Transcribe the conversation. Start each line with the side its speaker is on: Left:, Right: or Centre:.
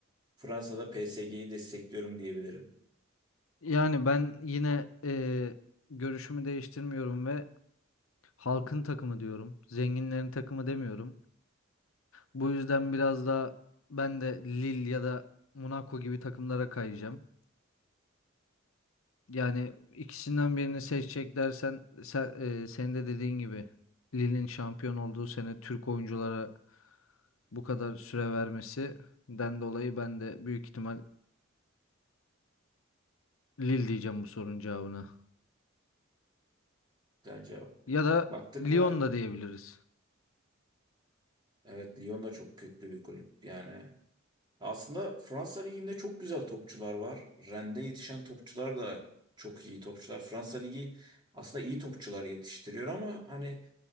Right: Fransa'da PSG'yi destekliyorum diyebilirim.
Left: Yani ben yine e, görüşümü değiştirmiyorum ve Halkın takımı diyorum. Zenginlerin takımı demiyorum. Bu yüzden biraz da ben de Lille ya da Monaco gibi takımlara kayacağım. Yani ikisinden birini seçecek dersen sen, e, senin de dediğin gibi Lille'in şampiyon olduğu sene Türk oyunculara bu kadar süre vermesinden dolayı ben de büyük ihtimal Lille diyeceğim bu sorunun cevabına.
Right: Güzel cevap.
Left: Ya da
Right: Baktık
Left: Lyon
Right: mı?
Left: da diyebiliriz.
Right: Evet Lyon da çok köklü bir kulüp. Yani Aslında Fransa Ligi'nde çok güzel topçular var. Rende yetişen topçular da çok iyi topçular. Fransa Ligi aslında iyi topçular yetiştiriyor ama hani